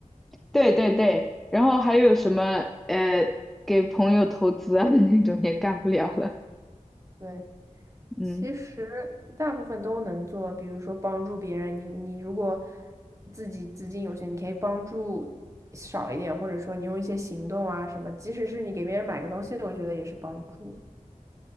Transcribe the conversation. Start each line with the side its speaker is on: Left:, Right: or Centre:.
Centre: 对对对。然后还有什么呃，给朋友投资啊 <laughs> 那种也干不了了。
Right: <laughs> 对。
Centre: 嗯。
Right: 其实大部分都能做，比如说帮助别人，你你如果自己资金有限，你可以帮助少一点，或者说你用一些行动啊什么，即使是你给别人买个东西，我觉得也是帮助。